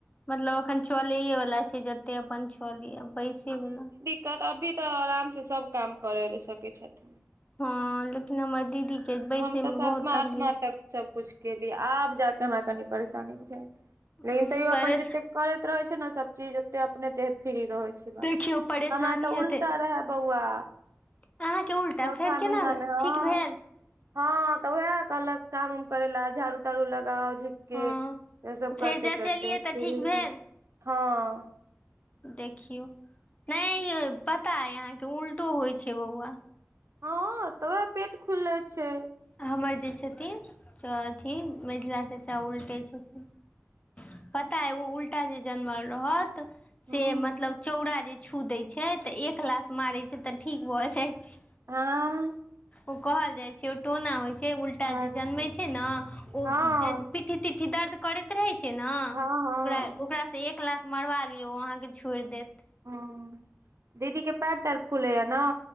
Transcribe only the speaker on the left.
मतलब अखन चलैेये वला छै, जते अपन चलैयऽ बैसे वला
हँ लेकिन हमर दीदी के बैसे
में
बहुत तकलीफ
उम्म
परेश
देखियौ
परेशानी
हेतै
अहाँके उल्टा
फेर केना
भेल
ठीक भेल
हँ
फेर
जँचेलियै
तऽ ठीक
भेल
देखियौ नै यै पता एऽ अहाँके उलटो होइ छै बौआ।
हमर जे छथिन, अथी मैझला चाचा उलटै छथिन। पता ऐ ओ उल्टा जे जनमल रहत
से, मतलब चौड़ा जे छू दै छै, तऽ एक लाथ मारै छै तऽ ठीक भऽ जाइ छै।
ओ कहल जाइ छै, ओ टोना होइ छै, उल्टा
जे जन्मै छै ने ओ
पिठ्ठी- तिट्ठी दर्द करैत रहै छै ने।
ओकरासँ एक लात मरबा लियौ, ओ अहाँके छोड़ि देत।